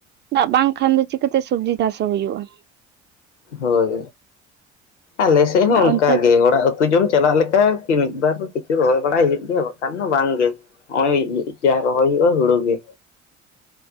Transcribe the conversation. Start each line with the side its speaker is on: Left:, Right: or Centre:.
Right: ᱫᱟᱜ ᱵᱟᱝ ᱠᱷᱟᱱ ᱫᱚ ᱪᱤᱠᱟᱹᱛᱮ ᱥᱚᱵᱡᱤ ᱪᱟᱥ ᱦᱚᱸ ᱦᱳᱭᱳᱜ-ᱟ᱾
Left: ᱦᱳᱭ ᱟᱞᱮ ᱥᱮᱫ ᱦᱚᱸ
Right: ᱟᱨ
Left: ᱚᱱᱠᱟ
Right: ᱚᱱᱛᱮ
Left: ᱜᱮ ᱚᱲᱟᱜ ᱩᱛᱩ ᱡᱚᱢ ᱪᱟᱞᱟᱜ ᱞᱮᱠᱟ ᱢᱤᱫ ᱵᱟᱨ ᱠᱤᱪᱷᱩ ᱨᱚᱦᱚᱭ ᱵᱟᱲᱟᱭ ᱦᱩᱭᱩᱜ ᱜᱮᱭᱟ ᱵᱟᱝ ᱠᱷᱟᱱ ᱫᱚ ᱵᱟᱝ ᱜᱮ ᱱᱚᱜ ᱡᱟ ᱨᱚᱦᱚᱭ ᱦᱩᱭᱩᱜᱼᱟ, ᱦᱩᱲᱩ ᱜᱮ᱾